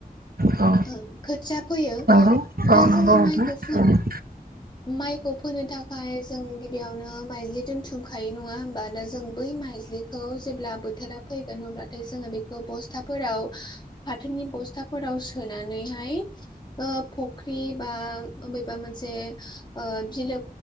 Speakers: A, on the right; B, on the left.
A: औ
B: ओं खोथिया फोयो।
A: नंगौ
B: दा
A: औ नंगौ
B: जोङो
A: नोंथां
B: माइखौ फोन
A: औ
B: माइखौ फोनो थाखाय जों गिबियावनो माइज्लि दोनथुमखायो नङा होमबा दा जों बै माइज्लि खौ जेब्ला बोथोरा फैगोन अब्लाथाय जोङो बेखौ बस्थाफोराव फाथोनि बस्थाफोराव सोनानैहाय ओ फुख्रि बा बबेबा मोनसे ओ बिलो